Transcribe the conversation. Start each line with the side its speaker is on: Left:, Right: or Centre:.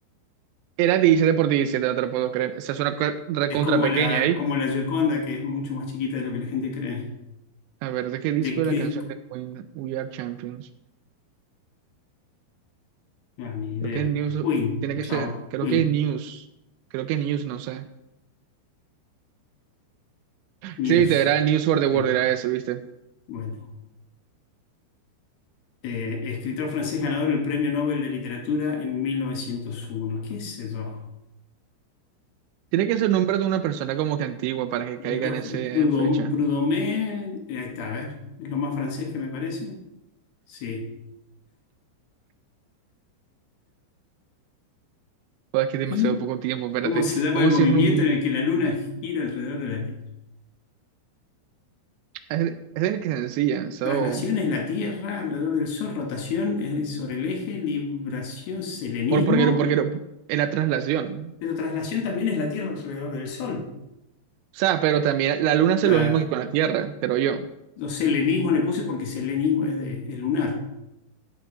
Right: Era 17 por 17, no te lo puedo creer. Esa es una co- recontra
Left: Es como
Right: pequeña
Left: la,
Right: ahí.
Left: como la Gioconda, que es mucho más chiquita de lo que la gente cree.
Right: A ver, ¿de qué disco
Left: ¿De qué
Right: es la
Left: disco?
Right: canción de Queen We Are Champions?
Left: No, ni idea.
Right: Creo que es News.
Left: Queen,
Right: Tiene que
Left: chao.
Right: ser. Creo
Left: Queen,
Right: que es News. Creo que News, no sé.
Left: News.
Right: Sí, te era News for the World,
Left: Eh,
Right: era ese, ¿viste?
Left: bueno. Eh, escritor francés ganador del Premio Nobel de Literatura en mil novecientos uno ¿Qué es eso?
Right: Tiene que ser nombre de una persona como que antigua para que
Left: Yo
Right: caiga
Left: creo
Right: en
Left: que
Right: esa
Left: Prudhom-
Right: fecha.
Left: Prudhomé, ahí está, a ver, es lo más francés que me parece. Sí.
Right: Joder, es que demasiado
Left: ¿Y
Right: poco tiempo, espérate.
Left: ¿Cómo se llama
Right: ¿Cómo
Left: el movimiento
Right: se llama? mu-
Left: en el que la luna gira alrededor de la Tierra?
Right: Es es el que se ensillan, so,
Left: Traslación es la Tierra alrededor del Sol, rotación es sobre el eje, libración, selenismo,
Right: por, porque, porque es la traslación.
Left: pero traslación también es la Tierra alrededor del Sol.
Right: O sea, pero también la luna hace
Left: Claro.
Right: lo mismo que con la Tierra, creo yo.
Left: Yo selenismo le puse porque selenismo es de es lunar.